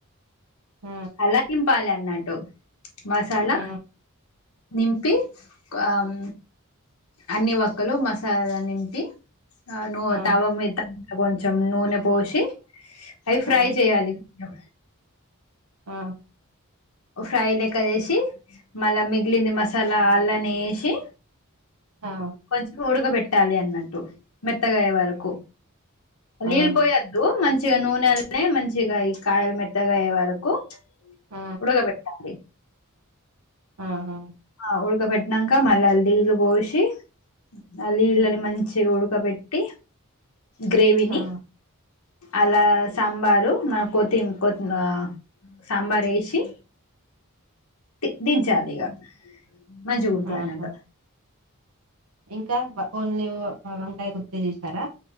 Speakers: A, on the right; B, on the left.
A: ఆ
B: అలా నింపాల అన్నట్టు మసాలా
A: ఆ
B: నింపి కు అం అన్ని వక్కలు మసాలా ల నింపి అ నువ్
A: ఆ
B: తవ్వా మిత కొంచం నూనె పోషి అయి ఫ్రై
A: ఆ
B: చెయ్యాలి అ
A: ఆ
B: ఫ్రై లెక్క చేేసి మళ్ళీ మిగిలింది మసాలా అల్లనే వేషి
A: ఆ ఆ
B: కొంచం ఉడక బెట్ ఇట్టాలి అన్నట్టు మెత్తగాయ వరకు నీళ్ళ
A: ఆహా
B: పోయొద్దు మంచి మంచిగా నూనే ఎల్ తేమంచిగా ఈ కాయలు మెత్తగా అయ్యే వరకు
A: ఆ
B: ఉడగ పెట్టాలి
A: ఆహా
B: ఆ ఉడక పెెట్టినాక మళ్ళీ నీళ్లు పోసి ఆ నీళ్ళని మంచి ఉడక పెట్టి గ్రేవిని
A: ఆహా
B: అలా సాంబారు మ కొతి కొతి సాంబార్ వేసి టే దిన్చాలిగా మంచిగ ఉంటాలంటా
A: ఆహా ఇంకా ఓన్లీ వంకాయ గుత్తులుచేసారా